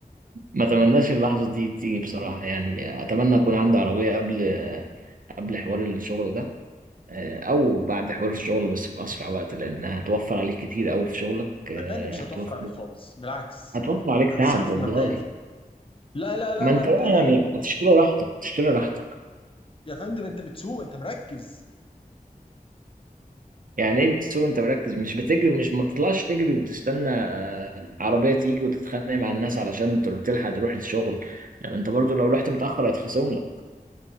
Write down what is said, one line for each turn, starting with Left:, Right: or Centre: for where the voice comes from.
Right: ما اتمناش اللحظه دي تيجي بصراحه يعني اتمنى اكون عندي عربيه قبل قبل حوار الشغل ده آه، او بعد حوار الشغل بس في اسرع وقت لان هتوفر عليك كتير قوي في شغلك آه،
Left: صدقني مش
Right: هتوفر
Left: هتوفر عليك خالص بالعكس
Right: هتوفر عليك
Left: انت هتصرف
Right: تعب والله
Left: مبدئيا في... لا لا لا
Right: ما انت
Left: لا متهيألك
Right: بقى يعني
Left: والله
Right: هتشتري راحتك هتشتري راحتك
Left: يا فندم انت بتسوق انت مركز
Right: يعني ايه بتسوق انت مركز مش بتجري مش ما بتطلعش تجري وتستنى آه، عربية تيجي وتتخانق مع الناس علشان تر- تلحق تروح الشغل يعني انت برضو لو رحت متأخر هيتخصم لك